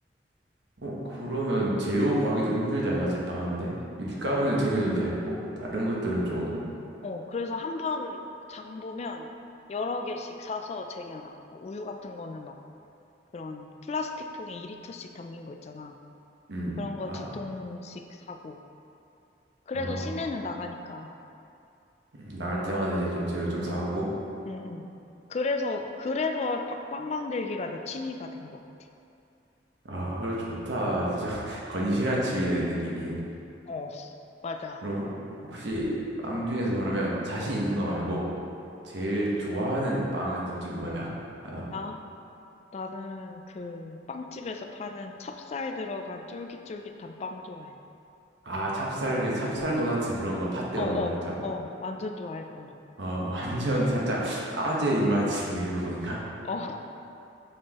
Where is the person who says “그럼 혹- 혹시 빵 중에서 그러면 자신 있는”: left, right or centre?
Right